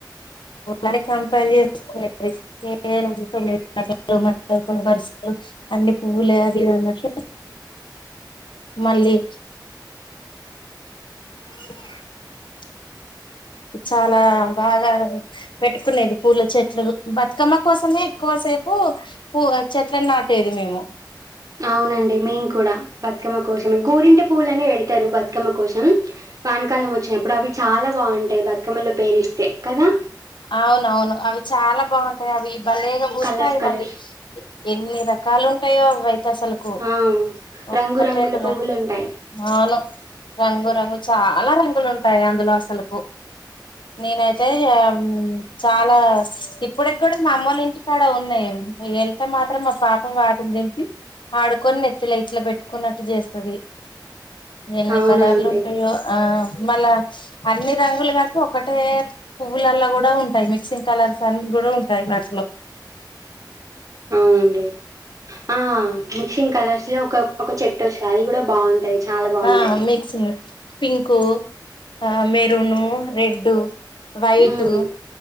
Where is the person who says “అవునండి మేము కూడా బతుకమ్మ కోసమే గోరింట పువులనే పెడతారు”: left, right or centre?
Right